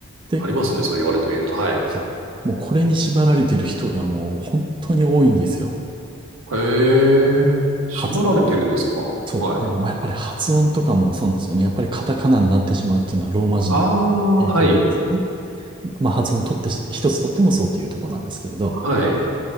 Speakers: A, on the right (about 25°); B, on the right (about 80°).
A: で、
B: ありますね、そう言われてみると。はい。
A: そうもうこれに縛られてる人がもう本当に多いんですよ。
B: へえ、縛られてるですか。
A: 発、そう、
B: はい。
A: あの、まあ、やっぱり発音とかもそうなんですよね。やっぱりカタカナになってしまうっていうのはローマ字の影響なんですね。
B: ああ、はい、
A: まあ、発音取ってし、一つ取ってもそうというところなんですけれど、
B: はい、